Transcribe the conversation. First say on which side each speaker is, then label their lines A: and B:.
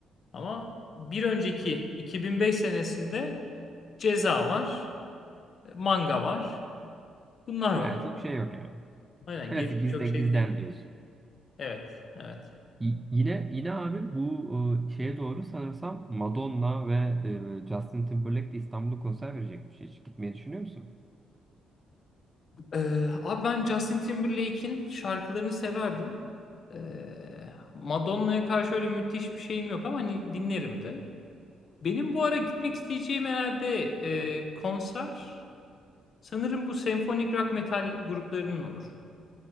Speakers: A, on the left; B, on the right.
A: Ama bir önceki 2005 senesinde Ceza var, Manga var. Bunlar
B: Yani
A: var.
B: çok şey yok yani.
A: Aynen
B: Klasik
A: gerisi
B: bizde
A: çok şey
B: bizden
A: değil.
B: diyorsun.
A: Evet, evet.
B: Y- Yine yine abi bu e, şeye doğru sanırsam Madonna ve e, Justin Timberlake de İstanbul'da konser verecekmiş. Hiç gitmeyi düşünüyor musun?
A: Ee, abi ben Justin Timberlake'in şarkılarını severdim. Ee, Madonna'ya karşı öyle müthiş bir şeyim yok ama hani dinlerim de. Benim bu ara gitmek isteyeceğim herhalde e, konser. Sanırım bu senfonik rock metal gruplarının olur.